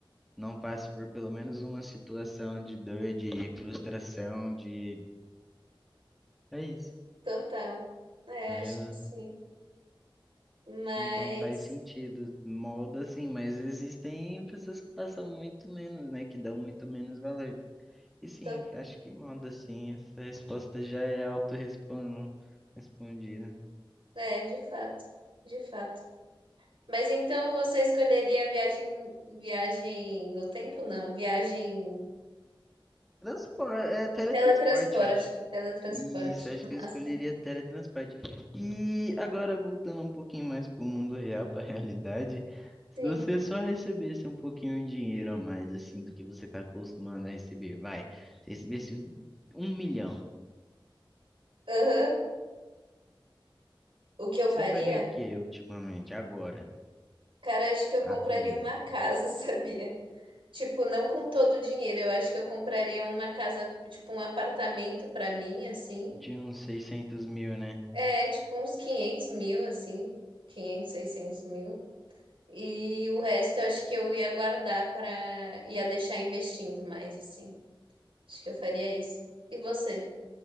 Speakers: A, in the centre; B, on the right.
A: não passe por pelo menos uma situação de dor, de frustração, de. É isso.
B: Total. É,
A: É,
B: acho que sim. Mas,
A: Então faz sentido, molda assim, mas existem pessoas que passam muito menos, né? Que dão muito menos valor. E sim,
B: tô...
A: acho que molda sim, essa resposta já é autorrespondida.
B: é, de fato, de fato. Mas então você escolheria viagem, viagem no tempo? Não, viagem
A: Transporte, é teletransporte,
B: teletransporte,
A: acho.
B: teletransporte.
A: Isso, acho que
B: Massa.
A: eu escolheria teletransporte. E <laughs> agora, voltando um pouquinho mais para o mundo real, para a realidade, se
B: Sim.
A: você só recebesse um pouquinho de dinheiro a mais, assim, do que você está acostumado a receber, vai, se recebesse um milhão,
B: Aham. O que eu faria?
A: você faria o que ultimamente, agora,
B: Cara, acho que eu compraria
A: atualmente?
B: uma casa, <laughs> sabia? Tipo, não com todo o dinheiro, eu acho que eu compraria uma casa, tipo um apartamento pra mim, assim.
A: De uns 600 mil, né?
B: É, tipo uns 500 mil, assim. quinhentos, seiscentos mil. E o resto eu acho que eu ia guardar para ia deixar investindo mais, assim. Acho que eu faria isso. E você?